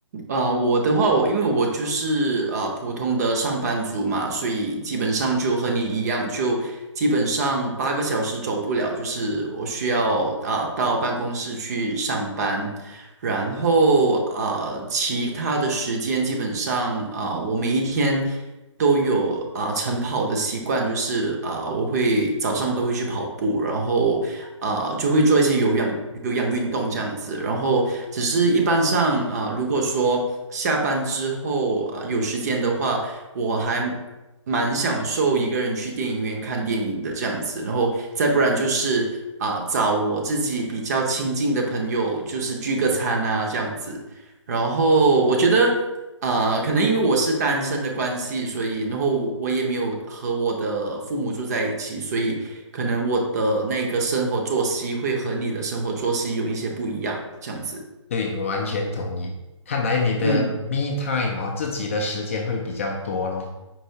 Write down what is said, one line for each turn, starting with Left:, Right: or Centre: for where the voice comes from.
Right: 啊、我的话，我因为我就是啊、呃普通的上班族嘛，所以基本上就和你一样，就基本上八个小时走不了，就是我需要啊、到办公室去上班，然后啊、呃其他的时间基本上啊、我每一天都有啊、晨跑的习惯，就是啊、我会早上都会去跑步，然后啊，就会做一些有氧有氧运动这样子。然后，只是一般上啊、呃如果说下班之后啊、有时间的话，我还蛮享受一个人去电影院看电影的这样子。然后，再不然就是啊、找我自己比较亲近的朋友，就是聚个餐啊这样子。然后我觉得啊、可能因为我是单身的关系，所以然后我我也没有和我的父母住在一起，所以可能我的那个生活作息会和你的生活作息有一些不一样，这样子。
Left: 对，我完全同意。看来你的
Right: 嗯，
Left: me time 哦，自己的时间会比较多咯。